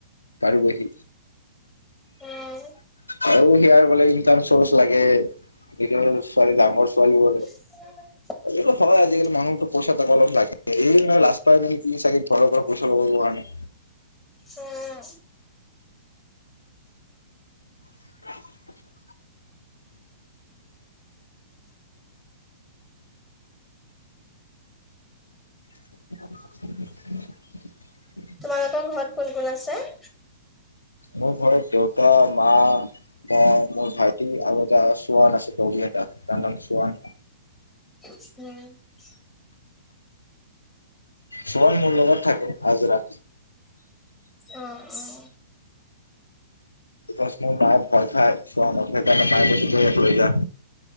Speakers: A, on the left; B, in the centre.
A: পাৰিবহি
B: উম,
A: আৰু সিআৰ বোলে ইনকাম চৰ্চ লাগে, সেইটো। ছোৱালী ডাঙৰ ছোৱালী বোলে।
B: উ <unintelligible>
A: এইটো হয় আজিকালি মানুহটো পইচা টকা অলপ লাগে। এই লাজ পাই নেকি তুমি চাগে ঘৰৰ পৰা পইচা লোৱা নাই।
B: উম।
A: <inaudible> <inaudible>
B: তোমালোকৰ ঘৰত কোন কোন আছে? <inaudible>
A: মোৰ ঘৰত দেউতা, মা, বা, মোৰ ভাইটি আৰু এটা চোৱান আছে দৌৰি এটা তাৰ নাম চোৱান!
B: উম।
A: চৱান মোৰ লগত থাকে আজৰা।
B: অ',
A: চ মোৰ মায় ভয় খায় চোৱানৰ সেইকাৰণে মায়ে কৈছে তই ইয়াক লৈ যা